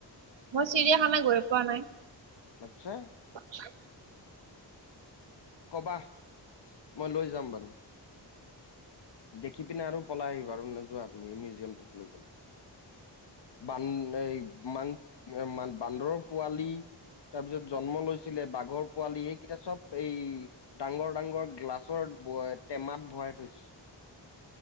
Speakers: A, on the right (about 85°); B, on the left (about 70°).
A: মই চিৰিয়াখানা গৈয়ে পোৱা নাই।
B: আচ্ছা'।
A: আচ্ছা'।
B: ক'বা মই লৈ যাম বাৰু। দেখি পিনে আৰু পলাই আহিবা আৰু নোযোৱা তুমি মিউজিয়ামটোত লৈ গ'লে। বান এ মাং বান্দৰৰ পোৱালি- তাৰ পিছত জন্ম লৈছিলে বাঘৰ পোৱালি এইকেইটা চ'ব এই- ডাঙৰ ডাঙৰ গ্লাছৰ টেমাত ভৰাই থৈছে।